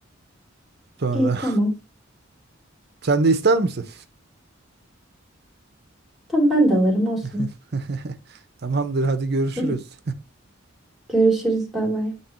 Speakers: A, on the right; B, in the centre.
A: Sonra
B: İyi tamam.
A: <laughs> sen de ister misin?
B: Tamam ben de alırım olsun.
A: <laughs> Tamamdır hadi görüşürüz.
B: <laughs> Görüşürüz. Bay bay.